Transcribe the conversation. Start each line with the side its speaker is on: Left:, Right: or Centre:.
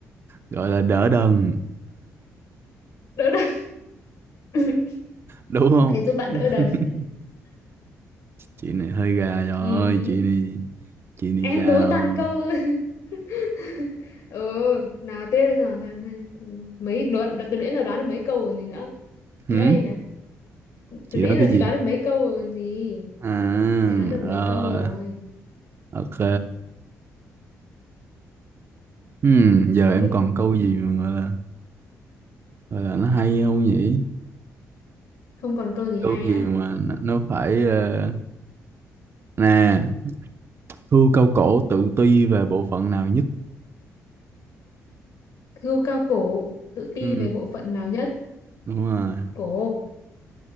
Right: gọi là đỡ đần
Left: Đỡ đần. <laughs> <coughs>
Right: đúng không
Left: Ok, giúp bạn
Right: <laughs>
Left: đỡ đần.
Right: chị này hơi gà rồi
Left: Ừ hứ.
Right: chị này chị này
Left: Em
Right: già
Left: đố
Right: rồi
Left: toàn câu. <laughs> ừ, nào tiếp đi nào. xem- xem. Mấy đoán, từ nãy giờ đoán được mấy câu còn gì nữa.
Right: Hử?
Left: Nhớ đây nè.
Right: chị
Left: Từ nãy
Right: nói
Left: giờ
Right: cái gì
Left: chị đoán được mấy câu rồi còn gì.
Right: à
Left: Chị đoán được mấy
Right: ờ,
Left: câu rồi.
Right: ok hmm, giờ em
Left: Tiếp.
Right: còn câu gì mà gọi là gọi là nó hay không nhỉ
Left: Không còn câu gì
Right: câu
Left: hay
Right: gì
Left: á.
Right: mà nó nó phải ờ, nè Hươu câu cổ tự ti về bộ phận nào nhất?
Left: Hươu cao cổ, tự ti
Right: Ừ,
Left: về bộ phận nào nhất?
Right: đúng rồi.
Left: Cổ.